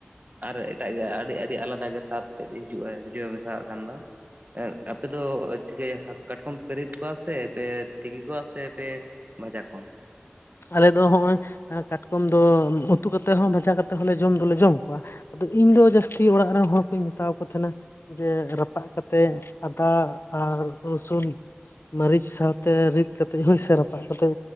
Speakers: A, on the right; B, on the left.
A: ᱟᱨ ᱮᱴᱟᱜ ᱜᱮ ᱟᱹᱰᱤ ᱟᱹᱰᱤ ᱟᱞᱟᱫᱟ ᱜᱮ ᱥᱟᱫ ᱛᱮᱫ ᱦᱤᱡᱩᱜ-ᱟ ᱡᱚᱡᱚ ᱢᱮᱥᱟᱣᱟᱜ ᱠᱷᱟᱱ ᱫᱚ᱾ ᱮᱸ ᱟᱯᱮ ᱫᱚ ᱪᱤᱠᱟᱹᱭᱟ ᱦᱟᱹᱠᱩ ᱠᱟᱴᱠᱚᱢ ᱯᱮ ᱨᱤᱫ ᱠᱚᱣᱟ ᱥᱮ ᱯᱮ ᱛᱤᱠᱤ ᱠᱚᱣᱟ ᱥᱮ ᱯᱮ ᱵᱷᱟᱡᱟ ᱠᱚᱣᱟ?
B: ᱟᱞᱮ ᱫᱚ ᱦᱚᱸᱜ-ᱚᱭ ᱠᱟᱴᱠᱚᱢ ᱫᱚ ᱩᱛᱩ ᱠᱟᱛᱮᱜ ᱦᱚᱸ ᱵᱷᱟᱡᱟ ᱠᱟᱛᱮᱜ ᱦᱚᱸᱞᱮ ᱡᱚᱢ ᱫᱚᱞᱮ ᱡᱚᱢ ᱠᱚᱣᱟ᱾ ᱟᱫᱚ ᱤᱧ ᱫᱚ ᱡᱟᱹᱥᱛᱤ ᱚᱲᱟᱜ ᱨᱮᱱ ᱦᱚᱲ ᱠᱚᱧ ᱢᱮᱛᱟᱣ ᱠᱚ ᱛᱟᱦᱮᱸᱱᱟ᱾ ᱡᱮ ᱨᱟᱯᱟᱜ ᱠᱟᱛᱮᱜ ᱟᱫᱷᱟ ᱟᱨ ᱨᱟᱹᱥᱩᱱ ᱢᱟᱹᱨᱤᱪ ᱥᱟᱶᱛᱮ ᱨᱤᱫ ᱠᱟᱛᱮᱜ ᱦᱳᱭ ᱥᱮ ᱨᱟᱯᱟᱜ ᱠᱟᱛᱮᱜ